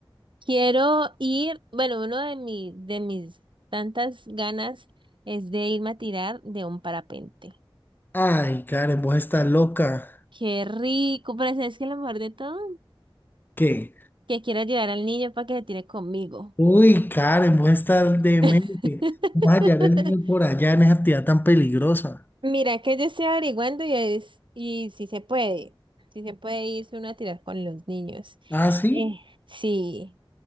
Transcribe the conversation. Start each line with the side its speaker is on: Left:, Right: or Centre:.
Right: Quiero ir, bueno, uno de mi, de mis tantas ganas es de irme a tirar de un parapente.
Left: Ay, Karen, vos estás loca.
Right: Qué rico, pero ¿sabes que lo mejor de todo?
Left: ¿Qué?
Right: Que quiero llevar al niño para que se tire conmigo.
Left: Uy, Karen, vos estás
Right: <laughs>
Left: demente. Vas a hallar el niño por allá en esa actividad tan peligrosa.
Right: Mira que yo estoy averiguando y es, y si se puede, si se puede irse uno a tirar con los niños.
Left: Ah, sí.
Right: Eh, sí,